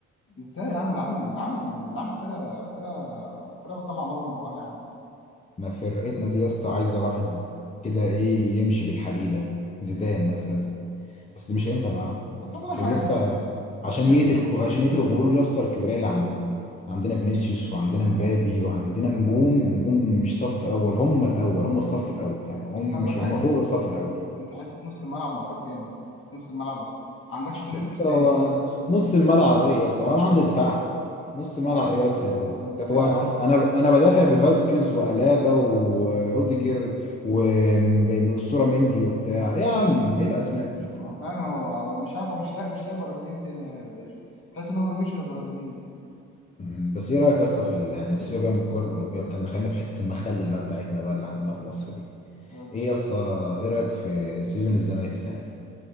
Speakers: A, on the left (about 45°); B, on the left (about 25°).
A: إزاي يا عم ده عامل ده عامل ده عامل فرقة فرقة فرقة بتطلع نار من بقها يا عم
B: ما فرقتنا دي يا اسطى عايزة واحد كده ايه يمشي بالحديدة زيدان مثلا بس ده مش هينفع معاهم
A: بس عايز أقول
B: عشان
A: لك حاجة
B: يا اسطى
A: زي
B: عشان
A: زي ده
B: يقتل عشان يقتل الغرور يا اسطى الكبرياء اللي عندنا عندنا فينيسيوس وعندنا مبابي وعندنا نجوم نجوم مش صف اول هم الاول هم الصف الاول يعني هم
A: بس عايز
B: مش
A: أقول لك
B: هم
A: حاجة أنت
B: فوق الصف الاول
A: أنت حتة نص الملعب ناقصاك ياما حتة نص الملعب عندكش توني
B: لسه
A: كروس تاني
B: هو نص الملعب ايه يا اسطى هو انا عندي دفاع نص ملعب
A: و-
B: ايه بس
A: و-
B: اللي-
A: ودفاع
B: ده هو
A: برضه
B: انا انا بدافع بفاسكيز والابا والروديجر والاسطوره مندي وبتاع يا عم ايه الاسماء دي
A: ما فعلا هو هو مش عارف هو مش لاقي مش لاقي برازيليين تاني يعني ولا ايه تحس ان هو ما بيجيبش غير برازيليين
B: مم، بس ايه رايك يا اسطى في ال- سيبك بقى من الكره الاوروبيه كان دخلنا في حته المخلل بقى بتاعتنا بقى اللي عندنا في مصر دي
A: هو
B: ايه يا اسطى ايه رايك في سيزون الزمالك السنه دي